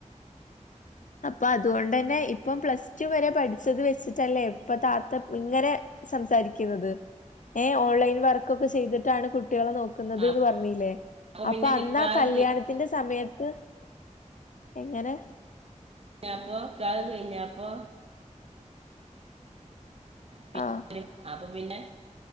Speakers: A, on the left (about 80°); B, on the right (about 50°).
A: അപ്പൊ അതുകൊണ്ടെന്നെ ഇപ്പം പ്ലസ് ടു വെരെ പഠിച്ചത് വെച്ച്ട്ടല്ലേ ഇപ്പതാത്ത പ് ഇങ്ങനെ സംസാരിക്ക്ന്നത് ഏഹ് ഓൺലൈൻ വർക്കൊക്കെ ചെയ്ത്ട്ടാണ് കുട്ടികളെ നോ ക്ക്ന്നത്
B: ആ,
A: ന്ന് പർണീലേ
B: പിന്നെ
A: അപ്പൊ അന്നാ
B: നിക്കാഹ്
A: കല്യാണ ത്തിന്റെ സമയത്ത് എങ്ങനെ
B: ഞാപ്പാെ നിക്കാഹ് കെയിഞ്ഞാപ്പൊ പി-
A: ആഹ്
B: അപ്പൊ പിന്നെ